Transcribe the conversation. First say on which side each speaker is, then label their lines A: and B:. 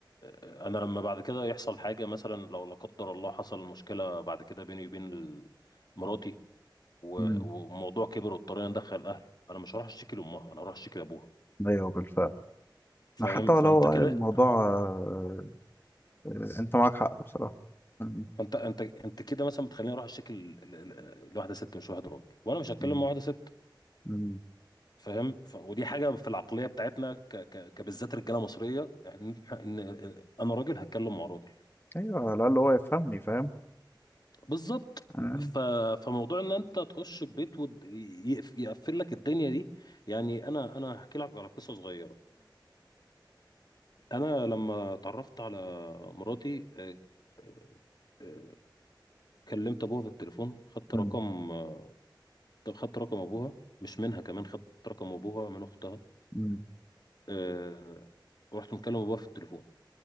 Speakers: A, on the left (about 55°); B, on the left (about 25°).
A: آه، أنا لما بعد كده يحصل حاجة مثلا لو لا قدر الله حصل مشكلة بعد كده بيني وبين ال- مراتي و-
B: أمم.
A: وموضوع كبر واضطرينا ندخل الأهل أنا مش هروح أشتكي لأمها أنا هروح أشتكي لأبوها
B: ايوه بالفعل
A: فاهم
B: حتى
A: فأنت
B: ولو
A: كده
B: آه، الموضوع آه، آه، انت معاك حق بصراحه أمم.
A: فأنت أنت أنت كده مثلا بتخليني أروح أشتكي ل- ل- ل- لواحدة ست مش واحد راجل وأنا مش هتكلم
B: أمم.
A: مع واحدة ست
B: أمم.
A: فاهم ف... ودي حاجة في العقلية بتاعتنا ك... ك... كبالذات رجالة مصرية يعني إن إحنا- إن إن أنا راجل هتكلم مع راجل
B: ايوه على الاقل هو يفهمني فاهم
A: بالظبط
B: أمم.
A: ف... فموضوع ان انت تخش البيت ويقفل لك الدنيا دي يعني انا انا هحكي لك على قصه صغيره انا لما اتعرفت على مراتي آه، آه، آه، كلمت ابوها في التليفون خدت
B: أمم.
A: رقم آه، خدت رقم ابوها مش منها كمان خدت رقم ابوها من اختها
B: أمم.
A: آه، ورحت مكلم ابوها في التليفون